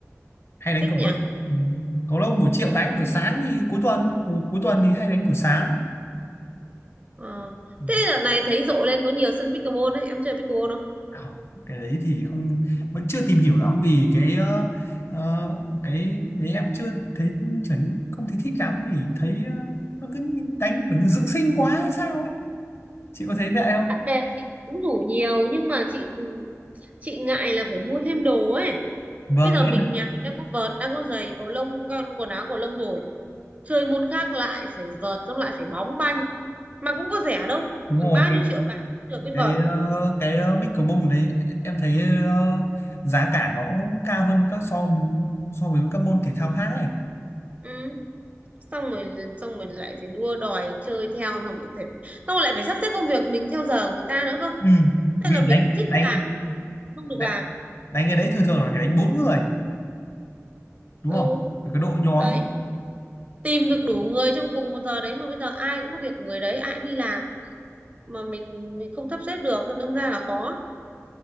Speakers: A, on the left; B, on the right.
A: hay đánh
B: thích
A: cầu
B: nhỉ
A: lông. Ừ. Cầu lông buổi chiều đánh, buổi sáng thì cuối tuần, buổi cuối tuần thì hay đánh buổi sáng.
B: ờ.
A: Ừ.
B: thế đợt này thấy rộ lên có nhiều sân pickleball đấy em chơi pickleball không
A: không cái đấy thì không vẫn chưa tìm hiểu lắm vì cái ờ, ờ, cái đấy em chưa thấy trở không thấy thích lắm vì thấy ờ, nó cứ đánh kiểu như dưỡng sinh quá hay sao ấy chị có thấy vậy không
B: bạn bè chị cũng rủ nhiều nhưng mà chị chị ngại là phải mua thêm đồ ấy
A: vâng
B: bây giờ
A: cái
B: mình
A: em
B: nhà mình đang có vợt đang có giày cầu lông con quần áo cầu lông rồi chơi môn khác lại phải vợt xong lại phải bóng banh mà cũng có rẻ đâu
A: đúng
B: khoảng
A: rồi
B: bao
A: cái
B: nhiêu triệu bạc cũng được cái
A: cái
B: vợt
A: ờ, cái ờ, pickleball đấy em thấy ờ, giá cả nó cao hơn các so so với các môn thể thao khác ấy
B: ừ xong rồi xong rồi lại phải đua đòi chơi theo xong rồi phải xong rồi lại phải sắp xếp công việc mình theo giờ người ta nữa cơ
A: ừ.
B: nên
A: vì
B: là mình
A: đánh
B: thích
A: đánh
B: làm mình không được
A: đánh
B: làm
A: đánh cái đấy thường thường là phải đánh bốn người đúng
B: ừ
A: không Vì cái đội nhóm
B: đấy tìm được đủ người trong cùng một giờ đấy mà bây giờ ai cũng có việc của người đấy ai cũng đi làm mà mình mình không sắp xếp được đâm ra là khó